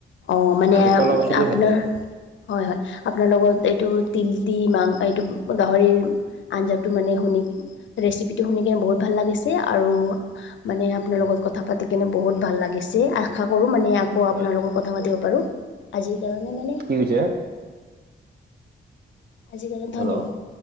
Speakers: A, on the left; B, on the right.
A: অ, মানে
B: আৰু কলা কচুটোও
A: আপোনাৰ
B: ভাল লাগে।
A: হয়, হয়, আপোনাৰ লগত এইটো তিল দি, মাং, এইটো গাহৰিৰ আঞ্জাটো মানে শুনি, ৰেচিপিটো শুনি কিনে, বহুত ভাল লাগিছে আৰু মানে আপোনাৰ
B: হয়।
A: লগত কথা পাতি কিনে বহুত ভাল লাগিছে, আশা কৰো মানে আকৌ
B: হয়
A: আপোনালোকক
B: হয়,
A: কথা পাতিব পাৰোঁ, আজিৰ কাৰণে মানে
B: কি হৈছে?
A: আজিকাৰণে
B: হেল্ল'।
A: ধন্যবাদ।